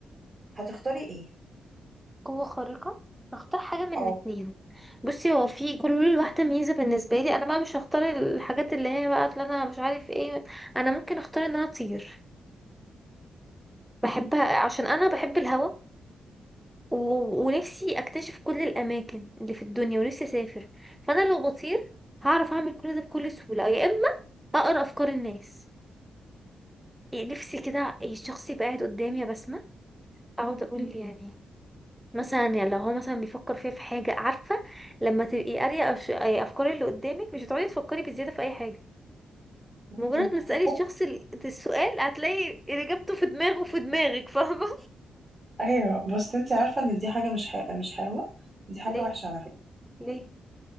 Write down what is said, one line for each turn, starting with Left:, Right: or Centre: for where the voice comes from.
Right: هتختاري ايه
Centre: قوة خارقة هختار حاجه من
Right: اه
Centre: اتنين بصي هو في كل واحده ميزه بالنسبه لي انا بقى مش هختار الحاجات اللي هي بقى اللي انا مش عارف ايه انا ممكن اختار ان انا اطير بحبها عشان انا بحب الهوا و... ونفسي اكتشف كل الاماكن اللي في الدنيا ونفسي اسافر فانا لو بطير هعرف اعمل كل ده بكل سهوله يا اما اقرا افكار الناس يعني نفسي كده إيه، الشخص يبقى قاعد قدامي يا بسمة اقعد اقول يعني مثلا يعني لو هو مثلا بيفكر فيها في حاجة عارفة لما تبقي قارية أف- افكار اللي قدامك مش هتقعدي تفكري بزيادة في اي حاجة
Right: بس
Centre: مجرد
Right: انت
Centre: ما
Right: عارفة
Centre: تسألي الشخص ال- السؤال هتلاقي اجابته في دماغه في دماغك فاهمة
Right: ايوه بس انت عارفة ان دي حاجة مش ح... مش حلوة دي حاجة
Centre: <laughs> ليه
Right: وحشة على فكرة
Centre: ليه